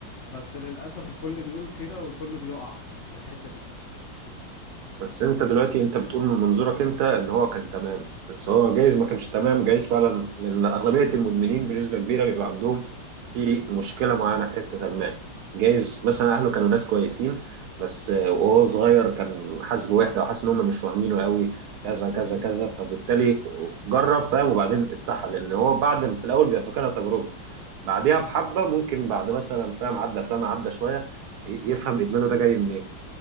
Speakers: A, on the left; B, on the right.
A: بس للأسف الكل بيقول كده والكل بيقع في الحتة دي
B: بس انت دلوقتي انت بتقول من منظورك انت ان هو كان تمام بس هو جايز ما كانش تمام جايز فعلا لان اغلبيه المدمنين بنسبه كبيره بيبقى عندهم في مشكله معينه في حته ما جايز مثلا اهله كانوا ناس كويسين بس آه، وهو صغير كان حاسس بوحده وحاسس ان هم مش فاهمينه قوي كذا كذا
A: امم
B: كذا فبالتالي جرب فاهم وبعدين اتسحل لان هو بعد في الاول بيبقى فاكرها تجربه بعديها
A: امم
B: بحبه ممكن بعد مثلا فاهم عدى سنه عدى شويه ي- يفهم ادمانه ده جاي منين